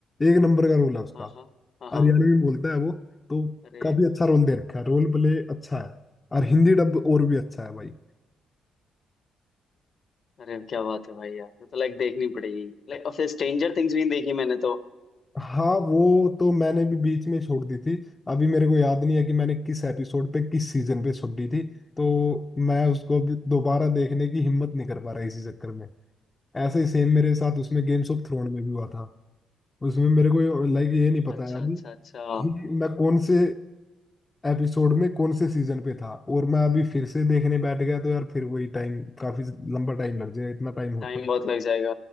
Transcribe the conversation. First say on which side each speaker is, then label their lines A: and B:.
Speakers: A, on the left; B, on the left.
A: एक नंबर का रोल है उसका
B: हाँ हाँ हाँ हाँ
A: हरियाणवी में बोलता है वो तो
B: अरे
A: काफी अच्छा रोल दे रखा है रोल प्ले अच्छा है और हिंदी डब और भी अच्छा है भाई
B: अरे क्या बात है भाई यार ये तो लाइक देखनी पड़ेगी लाइक और फिर स्ट्रेंजर थिंग्स भी नहीं देखी मैंने तो
A: हाँ वो तो मैंने भी बीच में छोड़ दी थी अभी मेरे को याद नहीं है कि मैंने किस एपिसोड पे किस सीजन पे छोड़ दी थी तो मैं उसको अभी दोबारा देखने की हिम्मत नहीं कर पा रहा इसी चक्कर में ऐसे ही सेम मेरे साथ उसमें गेम्स ऑफ थ्रोन में भी हुआ था उसमें मेरे को लाइक ये नहीं पता
B: अच्छा
A: है अभी
B: अच्छा अच्छा
A: कि मैं कौन से एपिसोड में कौन से सीजन पे था और मैं अभी फिर से देखने बैठ गया तो यार फिर वही टाइम काफी लंबा टाइम लग जाएगा इतना टाइम होता
B: टाइम
A: है?
B: बहुत लग जाएगा